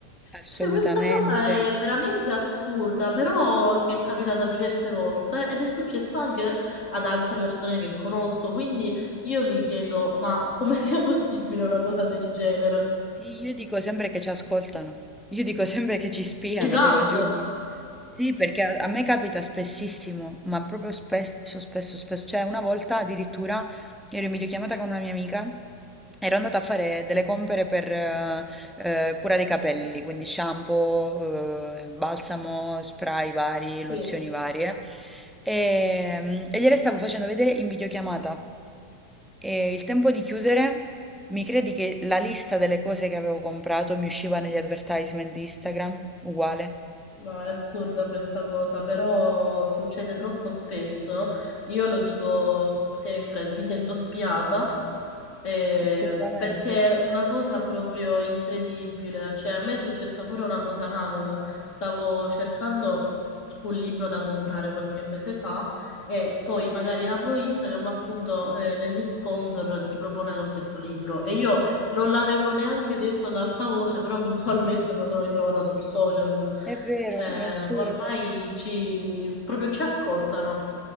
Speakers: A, in the centre; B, on the left (about 55°).
A: assolutamente.
B: Cioè, questa cosa è veramente assurda, però mi è capitata diverse volte ed è successa anche ad altre persone che conosco, quindi io mi chiedo, ma come sia possibile una cosa del genere?
A: Sì, io dico sempre che ci ascoltano, io dico sempre che ci spiano,
B: Esatto,
A: te lo giuro. Sì, perché a a me capita spessissimo, ma proprio spesso, spesso, spesso. Cioè, una volta addirittura ero in videochiamata con una mia amica, ero andata a fare delle compere per eh, eh, cura dei capelli, quindi shampoo, eh, balsamo, spray vari, lozioni
B: sì.
A: varie, e, e gliele stavo facendo vedere in videochiamata. E il tempo di chiudere mi credi che la lista delle cose che avevo comprato mi usciva negli advertisement di Instagram? Uguale.
B: No, è assurda questa cosa, però succede troppo spesso. Io lo dico sempre, mi sento spiata, eh,
A: Assolutamente.
B: perché è una cosa proprio incredibile. Cioè, a me è successa pure una cosa analoga. Stavo cercando un libro da comprare qualche mese fa e poi magari apro Instagram, appunto, eh, negli sponsor ti propone lo stesso libro. E io non l'avevo neanche detto ad alta voce, però <laughs> puntualmente me lo sono ritrovata sul social.
A: È vero,
B: Cioè,
A: è assurdo.
B: ormai ci, proprio ci ascoltano.